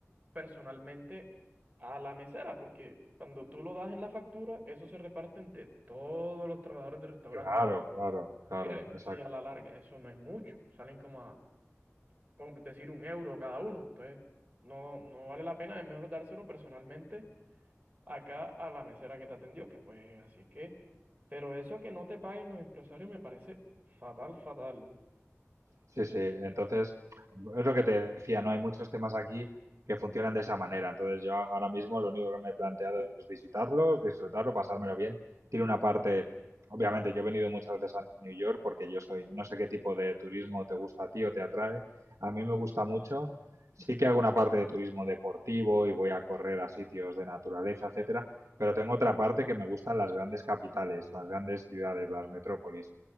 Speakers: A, on the right; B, on the right.
A: personalmente a la mesera, porque cuando tú lo das en la factura, eso se reparte entre todos los trabajadores del restaurante,
B: Claro, claro, claro,
A: que
B: exacto.
A: si a la larga eso no es mucho, salen como a, por decir, un euro cada uno, entonces no, no vale la pena, es mejor dárselo personalmente acá a la mesera que te atendió, que pues así es que, pero eso que no te paguen los empresarios me parece fatal, fatal.
B: Sí, sí. Entonces, es lo que te decía, ¿no? Hay muchos temas aquí que funcionan de esa manera. Entonces, yo ahora mismo lo único que me he planteado es visitarlos, disfrutarlo, pasármelo bien. Tiene una parte, obviamente, yo he venido muchas veces a New York porque yo soy, no sé qué tipo de turismo te gusta a ti o te atrae. A mí me gusta mucho. Sí que hago una parte de turismo deportivo y voy a correr a sitios de naturaleza, etcétera, pero tengo otra parte que me gustan las grandes capitales, las grandes ciudades, las metrópolis.